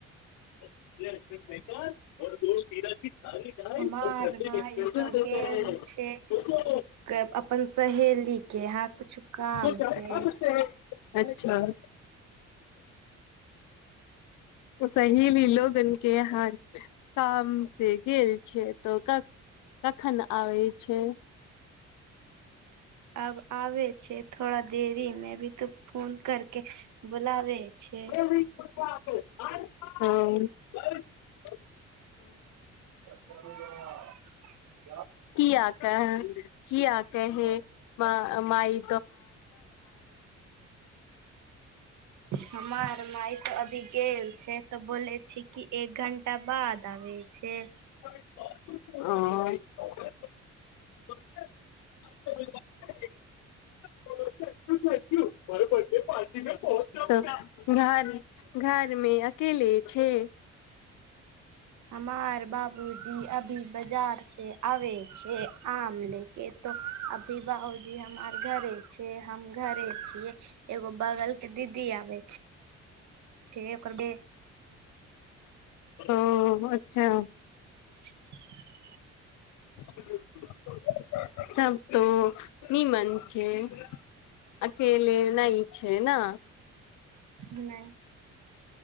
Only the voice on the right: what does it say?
हमार
माई
तऽ
गेल
छैय। क अपन सहेलीके एहा कुछु काम
से।
अब आबे छैय थोड़ा देरी मे भी त फोन करके बुलाबे
छै <unintelligible>
हमार माई त अभी गेल छैय तऽ बोले छे कि एक घंटा बाद आबै छैय।
हमार बाबूजी अभ बाजार से आबे छैय आम लेके तो अभी बाबूजी हमार घरे छैय हम घरे छियै एगो बगल के दीदी आबे छैय ओकर बे
<inaudible>
नहि